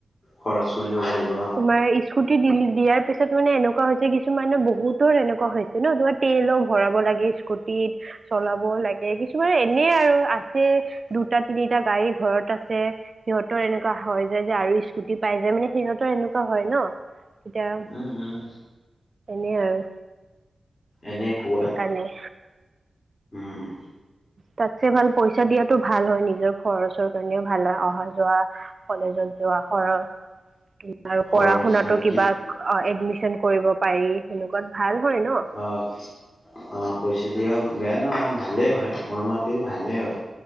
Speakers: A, on the left (about 40°); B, on the right (about 35°).
A: খৰচ কৰিব পাৰিব।
B: তোমাৰ স্কুটি দিল দিয়াৰ পিছত মানে এনেকুৱা হৈছে, কিছুমানে বহুতৰ এনেকুৱা হৈছে, ন তোমাত তেলো ভৰাব লাগে স্কুটিত। চলাব লাগে, কিছুমান এনে আৰু আছে, দুটা তিনিটা গাড়ী ঘৰত আছে। সিহঁতৰ এনেকুৱা হয় যায়, যে আৰু স্কুটি পাই যায় মানে সিহঁত এনেকুৱা হয় ন, তেতিয়া,
A: উম উম
B: এনে আৰু।
A: এনে পোৱাত
B: সেইকাৰণে।
A: উম।
B: তাতছে ভাল পইচা দিয়াতটো ভাল হয়, নিজৰ খৰচৰ কাৰণেও ভাল হয়, অহা যোৱা কলেজত যোৱা সৰচ। আৰু
A: খৰচ
B: পঢ়া শুনাতো
A: আৰু
B: কিবা এডমিচন কৰিব পাৰি, সেনেকুৱাত ভাল হয় ন।
A: অ' অ' পইচা দিয়া বেয়া নহয় ভালেই হয়, মোৰ মত স ভালে হয়,